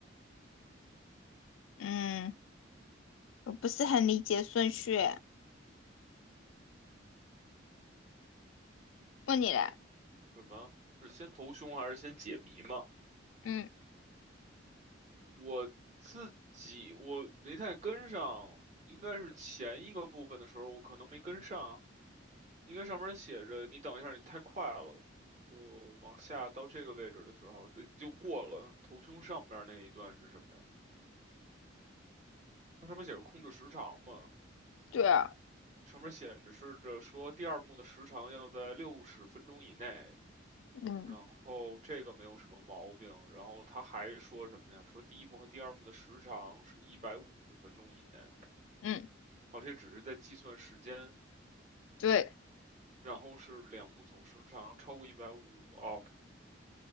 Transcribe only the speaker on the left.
嗯。我不是很理解顺序问你嘞，
嗯，
对啊，
嗯
嗯，
对，